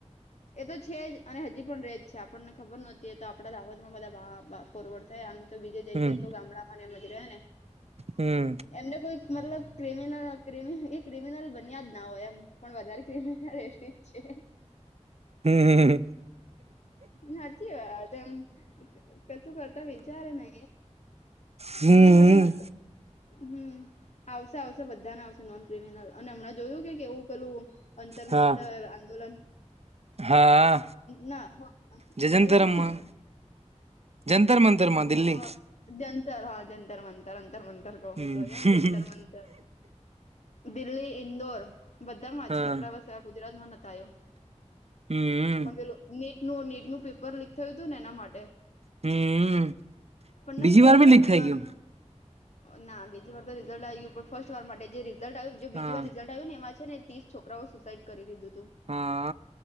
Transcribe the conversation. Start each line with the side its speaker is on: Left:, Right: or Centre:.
Left: એ તો છે જ અને હજી પણ રજ છે આપણને ખબર નહોતી એ તો આપડા દાહોદ બધા ફોરવર્ડ થાય આમ તો બીજે જઈએ
Right: હમ
Left: તો ગામડામાંને એમજ રહે ને.
Right: હમ
Left: એમને કોઈ મતલબ ક્રિમિનલ એ ક્રિમિનલ બન્યા જ ના હોય એમ! પણ વધારે કમ રસ્ટી જ છે.
Right: હમ
Left: હાચી વાત એમ કશું કરતો વિચારે નને
Right: હમ
Left: એમના માટે નહતો. હમ આવશે આવશે બધાને આવશે નોન ક્રિમિનલ અને હમણાં જોયું કે એવું પેલું. અંતર
Right: હા
Left: મંતર આંદોલન.
Right: હા
Left: ના
Right: જે
Left: હ
Right: જંતરમાં
Left: એ વાળું ને.
Right: જંતર મંતર માં દિલ્હી.
Left: હા જંતર હા જંતર મંતર અંતર મંતર કહંગ્રેસ
Right: હમ
Left: વાગ્યા જંતર મંતર. દિલ્હી ઇંદોર. બધામાં
Right: હા
Left: છે આપડા વસે આ ગુજરાત માં નતા આવ્યો
Right: હમ
Left: પણ પેલો. નેટ નું નેટનું પેપર લીક થયું હતું ને એના માટે.
Right: હમ
Left: પણ
Right: બીજી
Left: નહી થવું
Right: વાર બી
Left: જોઈએ
Right: લીક
Left: ને
Right: થાય
Left: એમાં
Right: ગયું
Left: ના બીજી વાર તો રિઝલ્ટ આવ્યું પણ ફર્સ્ટ વાર માટે જે રિઝલ્ટ આવ બીજી
Right: હા
Left: વાર રઝલ્ટ ને એમાં છે ને ત્રીસ છોકરાઓ સુસાઈડ કરી દીધું તું
Right: હા